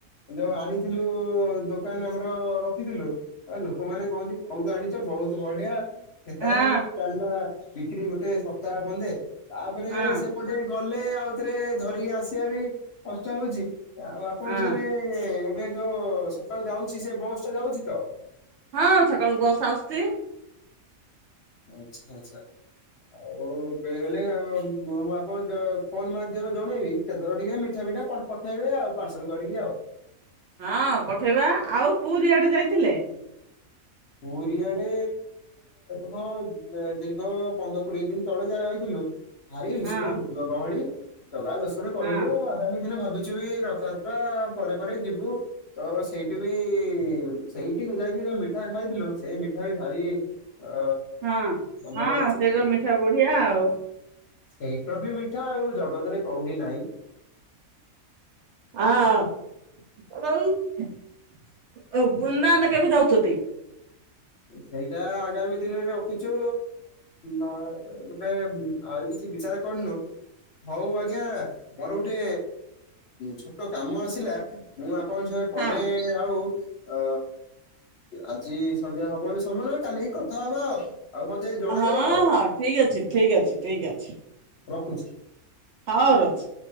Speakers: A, on the left; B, on the right.
A: ଯୋଉ ଆଣିଥିଲୁ ଦୋକାନ ଆମର ରଖିଥିଲୁ। ଆ ଲୋକମାନେ କହନ୍ତି କୋଉଠୁ ଆଣିଛ ବହୁତ ବଢିଆ ସେଟା
B: ହଁ
A: ହିଁ ଚାଲିଲା। ବିକ୍ରି ଗୋଟେ ସପ୍ତାହ ବନ୍ଦେ ତାପରେ
B: ହଁ
A: ସେପଟେ ଗଲେ ଆଉ ଥରେ ଧରିକି ଆସିବା ବି କଷ୍ଟ ହଉଛି। ଆଉ ଆପଣଙ୍କରେ
B: ହଁ
A: ଏବେ ଯୋଉ ସକାଳୁ ଯାଉଛି ସେ ବସଟା ଯାଉଛି ତ
B: ହଁ ସକାଳୁ ବସ ଆସୁଛି।
A: ଆଚ୍ଛା ଆଚ୍ଛା। ଆଉ ବେଳେ ବେଳେ ମୁଁ ଆପଣ ଫୋନ୍ ମାଧ୍ୟମରେ ଜଣେଇବି ସେତେବେଳେ ଟିକେ ମିଠା ପିଠା ପ ପଠେଇବେ ଆଉ ପାର୍ସଲ କରିକି ଆଉ
B: ହଁ ପଠେଇବା ଆଉ ପୁରୀ ଆଡେ ଯାଇଥିଲେ?
A: ପୁରୀ ଆଡେ ହଁ ଦୀର୍ଘ ପନ୍ଦର କୋଡିଏ ଦିନ ତଳେ ଯାହା ଯାଇଥିଲୁ। ଆରେ ଭୀଷଣ
B: ହଁ
A: ଗହଳି ଜଗା ଦର୍ଶନ କଲୁ
B: ହଁ
A: ଆ ଆମେ ଦିନେ ଭାବିଛୁକି ଏ ରଥଯାତ୍ରା ପରେ ପରେ ଯିବୁ। ତ ସେଇଠି ବି ସେଇଠିକୁ ଯାଇକିରି ଯୋଉ ମିଠା ଖାଇଥିଲୁ ସେଇ ମିଠା ବି ଭାରି ଆ
B: ହଁ
A: ଆମର
B: ହଁ
A: ଅଛି।
B: ସେଇଟା ମିଠା ବଢିଆ ଆଉ
A: ସେଇଟା ବି ମିଠା ଆଉ ଜଗତରେ କୋଉଠି ନାହିଁ।
B: ହଁ ଉନା ପୂର୍ଣା ନନା କେବେ ଦଉଛନ୍ତି?
A: ସେଇଟା ଆଗାମୀ ଦିନରେ ରଖିଛୁ ଗଟେ ଆହୁରି କିଛି ବିଚାର କରନୁ। ହଉ ଆଜ୍ଞା ମୋର ଗୋଟେ ଛୋଟ କାମ ଆସିଲା। ମୁଁ ଆପଣଙ୍କ ସାଙ୍ଗରେ ପରେ
B: ହଁ
A: ଆଉ ଅ ଆଜି ସନ୍ଧ୍ୟା ହବନି ସମରେ କାଲିି କି କଥା ହବା ଆଉ ଆଉ ମତେ ଜଣେଇବେ
B: ହଁ,
A: ଆଉ
B: ହଁ ଠିକ ଅଛି, ଠିକ ଅଛି, ଠିକ ଅଛି
A: ରଖୁଛି।
B: ହଉ ରହୁଛି।